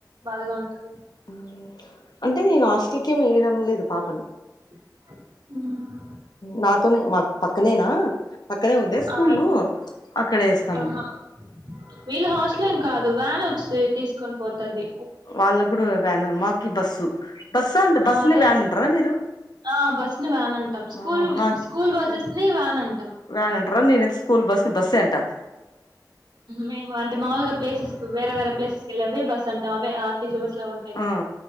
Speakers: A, on the right; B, on the left.
A: బాధగా ఉంటది
B: ఆ అంటే నేను హాస్టల్ కి ఏం వేయ్యడం లేదు పాపని
A: ఆ
B: నాతోని మాకు పక్కనేనా పక్కనే ఉందా స్కూల్
A: ఆ
B: అక్కడే వేస్తాన్నాం
A: ఆహా వీళ్ళు హాస్టల్ ఏం కాదు వ్యాన్ వచ్చి తీసుకొని పోతాది
B: వాళ్ళకు కూడా వ్యాన్ ఏ మాకి బస్సు బస్సు అంటే బస్సుని
A: ఆ అదే
B: వ్యాన్ అంటారా మీరు
A: ఆ బస్ ని వ్యాన్ అంటాం స్కూల్
B: ఆ! మాకి
A: స్కూల్ బస్ స్ నే వ్యాన్ అంటా
B: వ్యాన్ అంట్రా నేనయితే స్కూల్ బస్ ని బస్సే అంటా
A: మేము అంటే మాములుగా ప్లెసెస్ కి వేరే వేరే ప్లేసెస్ కి వెళ్ళెవి బస్ అంటాం అవే అర్ టీ సీ బస్ అట్లా ఉంటాయి
B: ఆ
A: కదా